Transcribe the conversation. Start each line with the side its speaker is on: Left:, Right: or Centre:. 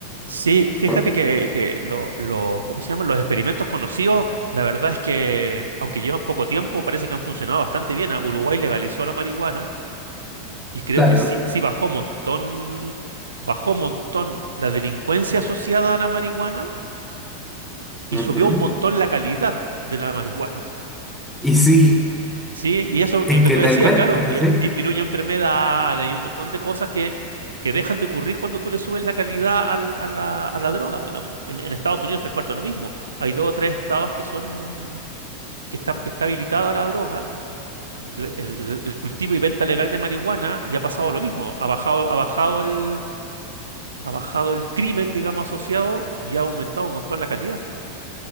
Right: Sí, fíjate
Centre: Por-
Right: que, que lo- lo- ¿cómo se llaman? Los experimentos conocidos, la verdad es que, aunque llevan poco tiempo, parece que han funcionado bastante bien. A Uruguay legalizó la marihuana y creo
Centre: claro.
Right: que sí, sí bajó montón, bajó montón la delincuencia asociada a la marihuana y
Centre: ujú.
Right: subió un montón la calidad de la marihuana.
Centre: Y sí, <laughs>
Right: Sí, y eso,
Centre: es
Right: lo que
Centre: que
Right: tú
Centre: tal
Right: decías,
Centre: cual,
Right: claro,
Centre: es
Right: eh,
Centre: así,
Right: disminuye enfermedades y un montón de cosas que, que dejan de ocurrir cuando tú le subes la calidad al- a la, a la droga, digamos. En, en Estados Unidos, tres cuartos lo mismo. Hay dos o tres estados que son, que está, que está habilitada la droga, el, el- el cultivo y venta legal de marihuana, y ha pasado lo mismo. Ha bajado, ha bajado el, ha bajado el crimen, digamos, asociado y ha aumentado un montón la calidad.